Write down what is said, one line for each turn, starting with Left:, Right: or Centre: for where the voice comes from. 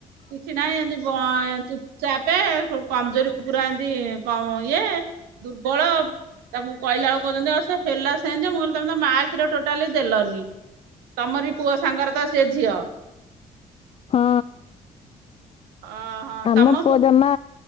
Right: କିଛି ନାଇଁ ଏମିତି ବଏଁ ଚୁପ ଚାପେ ହୋଉ କମଜୋରି ପୁରା ଏମ ତି କମ ଇଏ ଦୁର୍ବଳ ତାଙ୍କୁ କହିଲା ବେଳକୁ କୋହୁଚନ୍ତି ଆଉ ସେ ହେଲା ସେମତି ଆଉ ମୁଁ କହିଲି ତମେ ତ ମାଆ କ୍ଷୀର ଟୋଟାଲି ଦେଲନି। ତମରି ପୁଅ ସାଙ୍ଗରେ ତ ସେ ଝିଅ।
Left: ହଁ
Right: ଅ ହଁ
Left: ଆମ
Right: ତମ
Left: ପୁଅ ଜମା